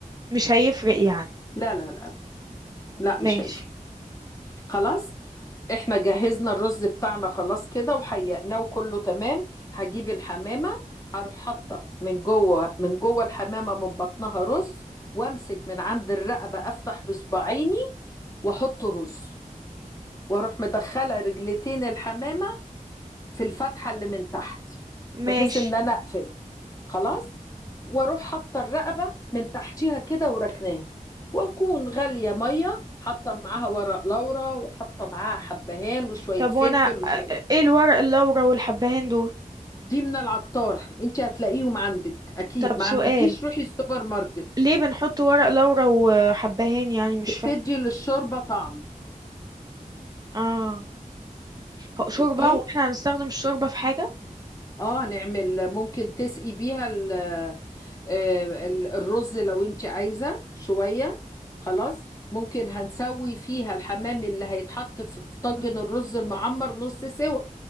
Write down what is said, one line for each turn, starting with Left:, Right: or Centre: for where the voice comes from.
Right: مش هيفرق يعني
Left: لا لا لا لا
Right: ماشي
Left: مش هيفرق خلاص احنا جهزنا الرز بتاعنا خلاص كده وحيقناه وكله تمام هجيب الحمامة هروح حاطة من جوه من جوه الحمامة من بطنها رز وامسك من عند الرقبة افتح بصباعيني واحط رز واروح مدخله رجلتين الحمامه في الفتحه اللي من تحت بحيث
Right: ماشي
Left: ان انا اقفل خلاص واروح حاطه الرقبه من تحتيها كده وراكناها واكون غاليه ميه حاطه معاها ورق لورا وحاطه معاها حبهان وشويه
Right: طب
Left: فلفل
Right: وانا
Left: وشويه
Right: ايه الورق اللورا والحبهان دول
Left: دي من العطار انت هتلاقيهم عندك اكيد
Right: طب
Left: ما
Right: سؤال
Left: عندكيش روحي السوبر ماركت
Right: ليه بنحط ورق لورا وحبهان يعني مش
Left: بتدي
Right: فاهم
Left: للشوربه طعم
Right: اه هو شوربة
Left: اوكي
Right: واحنا هنستخدم الشوربة في حاجة
Left: اه نعمل ممكن تسقي بيها ال- آه، ال- الرز لو انت عايزة شوية خلاص ممكن هنسوي فيها الحمام اللي هيتحط في في طاجن الرز المعمر نص سوا